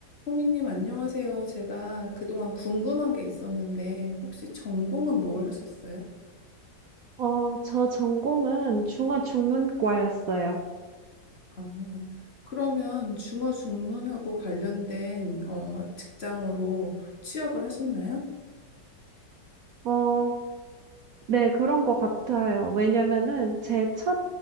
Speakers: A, on the left; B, on the right.
A: 성희님, 안녕하세요. 제가 그동안 궁금한 게 있었는데, 혹시 전공은 뭘 하셨어요?
B: 어, 저 전공은 중어중문과였어요.
A: 아, 그러면 중어 중문하고 관련된 어, 직장으로 취업을 하셨나요?
B: 어, 네, 그런 것 같아요. 왜냐면은 제 첫